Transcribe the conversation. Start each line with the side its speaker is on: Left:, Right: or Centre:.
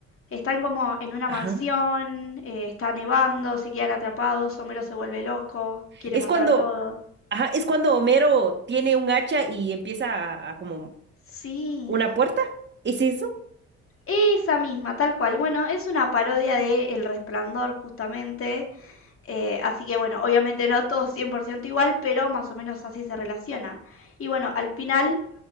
Left: Están como en una
Right: ajá.
Left: mansión, eh, está nevando, se quedan atrapados, Homero se vuelve loco, quiere
Right: Es
Left: matar
Right: cuando,
Left: a todos.
Right: ajá, es cuando Homero tiene un hacha y empieza a, a como
Left: Sí,
Right: una puerta. ¿Es eso?
Left: esa misma, tal cual. Bueno, es una parodia de El Resplandor justamente, eh, así que bueno, obviamente no todo 100% igual, pero más o menos así se relaciona. Y bueno, al final